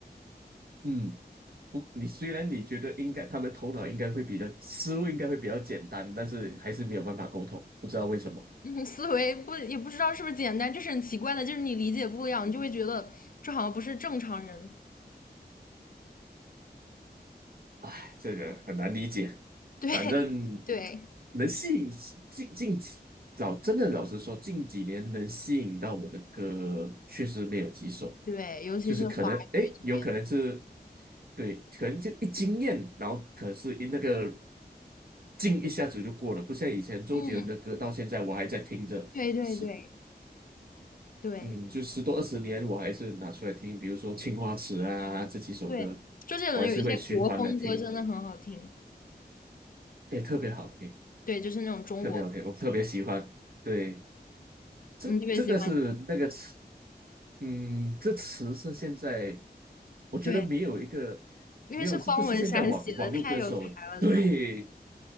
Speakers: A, on the right; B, on the left.
A: 嗯，不，你虽然你觉得应该他们头脑应该会比较思路应该会比较简单，但是还是没有办法沟通，不知道为什么。
B: 思维不也不知道是不是简单，就是很奇怪的，就是你理解不了，你就会觉得这好像不是正常人。<laughs>
A: 哎，这个很难理解。
B: 对，
A: 反正
B: 对，
A: 能吸引近近几老真的老实说，近几年能吸引到我的歌确实没有几首，
B: 对，尤其是华语这边，
A: 就是可能诶，有可能是对，可能就一惊艳，然后可是一那个劲一下子就过了，不像以前周杰伦的歌，
B: 嗯，
A: 到现在我还在听着，
B: 对，对，对，
A: 十
B: 对，对，
A: 嗯，就十多二十年，我还是拿出来听，比如说《青花瓷》啊这几首歌，
B: 对，周杰伦有一些国风歌真的很好听，
A: 我还是会循环来听，也特别好听。
B: 对，就是那种中国风，
A: 特别好听，我特别喜欢。对，这这个是那个词，
B: 嗯，特别喜欢，
A: 嗯，这词是现在我觉得没有一个
B: 对，因为是方文山写的，
A: 没有，这不是现在网网络歌手对
B: 太有才了，他，